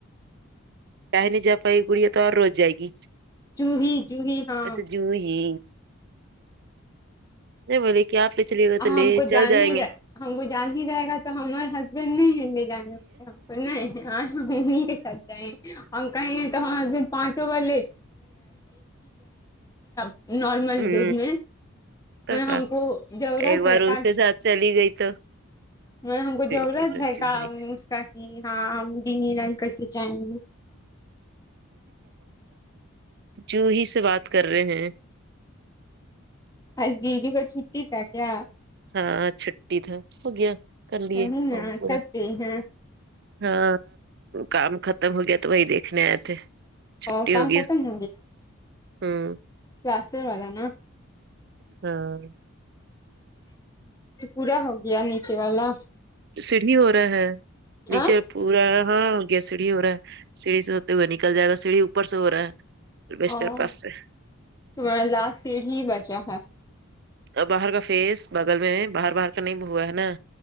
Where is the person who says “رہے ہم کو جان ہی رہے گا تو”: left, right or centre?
Left